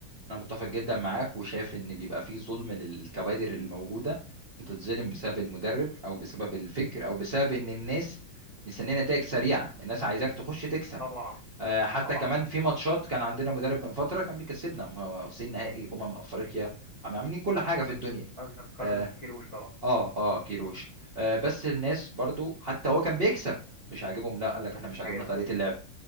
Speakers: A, on the right (about 75°); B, on the left (about 65°).
A: انا متفق جدا معاك وشايف ان بيبقى فيه ظلم للكوادر الموجوده بتتظلم بسبب المدرب او بسبب الفكر او بسبب ان الناس مستنيه نتائج سريعه الناس عايزاك تخش تكسب
B: طبعا
A: آه، حتى
B: طبعا
A: كمان في ماتشات كان عندنا مدرب من فتره كان بيكسبنا ما هو واصلين نهائي امم افريقيا عم- عاملين كل حاجه في الدنيا
B: قصدك كارلوس
A: اه
B: كيروش طبعا
A: اه آه، كيروش آه، بس الناس برضو حتى هو كان بيكسب مش عاجبهم لا قال لك
B: بس
A: احنا مش
B: مش
A: عاجبنا
B: عاجبها
A: طريقه اللعب